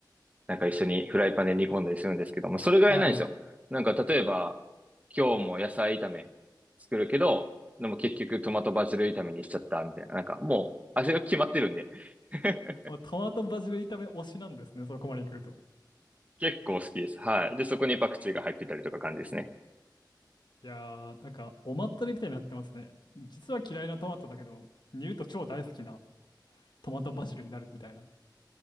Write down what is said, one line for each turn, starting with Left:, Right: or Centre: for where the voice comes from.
Right: なんか一緒にフライパンで煮込んだりするんですけども、それぐらいなんですよ。
Left: はい。
Right: なんか例えば、今日も野菜炒め作るけど、でも結局トマトバジル炒めにしちゃったみたいな。なんかもう味が決まってるんで。<laughs>
Left: まあトマトバジル炒め推しなんですね、そこまで来ると。
Right: 結構好きです。はい。で、そこにパクチーが入ってたりとか感じですね。
Left: いやー、なんかおまったりみたいになってますね。実は嫌いなトマトだけど、煮ると超大好きなトマトバジルになるみたいな。